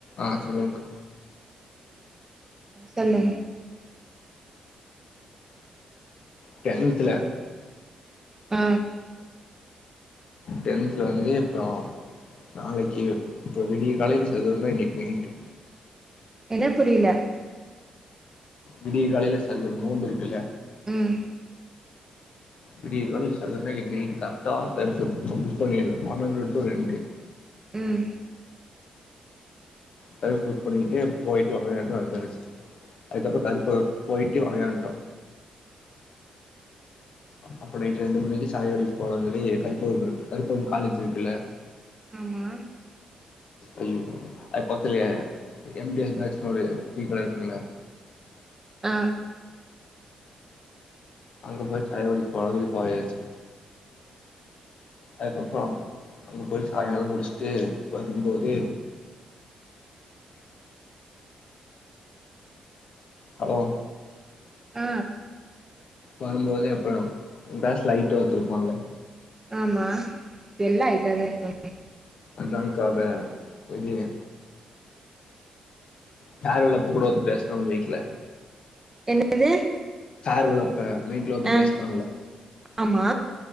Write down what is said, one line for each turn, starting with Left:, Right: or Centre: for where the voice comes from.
Left: ஆ சொல்லுங்க்கா
Right: சொல்லு
Left: டென்த்துல
Right: அ
Left: டென்த்துல வந்து இப்போ நாளைக்கி இப்போ விடிய கால்லே சதுவம்னா இன்னிக் பெய்ட்டு
Right: என்ன புரில
Left: விடிய காலைல சகர் நோம்பு இருக்குல்ல
Right: ம்
Left: விடிய கால்ல சக்ர்னா இன்னக்கி நைட்டு கர்ட்டா தரிச புக் பண்ணிடுவே பன்னண்டு டூ ரெண்டு
Right: ம்
Left: தகு புக் பண்ணிட்டு போய்டிட்டு வரங்கட்டு வந்தாச்சு அதுக்கப்புறோ கருப்பு போய்ட்டு வரங்கன்ட்டோ அப்ப நைட்டு ரெண்டு மணிக்கி சாயா கடைக் போலான் சொல்லி கருப்புவ இருக்கு கருப்பம் காலேஜி இருக்குல்ல
Right: ஆமா
Left: அய்யோ அதுக் பக்த்துல எம் டி எஸ் பேக்ஸ்னு டீ கட இருக்குமுல்ல
Right: அ
Left: அங்க போயி சாயா குடிக் போலான் சொல்லி போயச்சி அதுக்கப்புறோ அங்க போய் சாய்ங்காலோ குடிச்ட்டு வரும்போது ஹலோ
Right: அ
Left: வரும்போதே அப்புறோ எங் ப்ளேஸ்ல அய்ட்டா ஒருத்த இருப்பான்ல
Right: ஆமா எல்லா ஐட்டதா இருக்கா
Left: அதாங்காபே பொய்ட்டிங்க ஃபேர்வெல் அப்போ கூட வந்து பேஸ்னோ வெக்ல
Right: என்னது
Left: ஃபேர்வெல் அப்பேமைக்ல வந்து
Right: ஆ
Left: பேஸ்னால்ல
Right: ஆமா